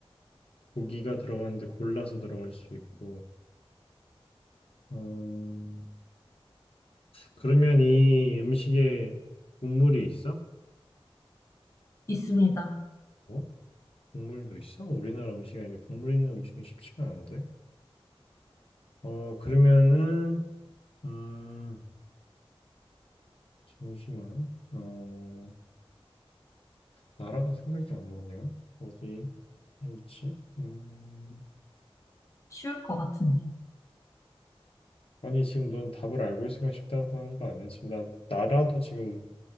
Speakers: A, on the left; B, on the left.
A: 고기가 들어가는데 골라서 들어갈 수 있고, 어, 그러면 이 음식에 국물이 있어?
B: 있습니다.
A: 어? 국물도 있어? 우리나라 음식이 아닌데 국물 있는 음식은 쉽지가 않은데. 어, 그러면은, 음, 잠시만, 어, 나라가 생각이 안 나냐? 어디? 일치? 음,
B: 쉬울 것 같은데.
A: 아니 지금 넌 답을 알고 있으니까 쉽다고 하는 거 아니야? 지금 나 나라도 지금